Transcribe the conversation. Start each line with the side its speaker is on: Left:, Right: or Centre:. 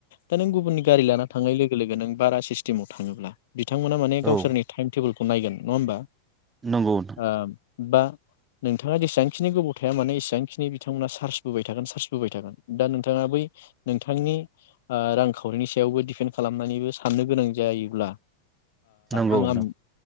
Left: दा नों गुबुननि गारि लाना थांनाय लोगो नों बारा सि स्टिमाव थाङोब्ला बिथांमोना माने गावसोरनि
Right: औ
Left: टाइम टेबोलखौ खौ नायगोन नङा होमबा
Right: नंगौ नोंथां
Left: ओ बा नोंथाङा जेसेबांखिनि गोबाव थाया मानोे एसेबांखिनि बिथांमोना सार्सबोबाय थागोन सार्सबोबाय थागोन दा नोंथाङा बै नोंथांनि रांखावरिनि सायावबो डिपेन्ड खालामनानैबो साननो गोनां जायोब्ला
Right: नंगौ
Left: ओ
Right: नोंथां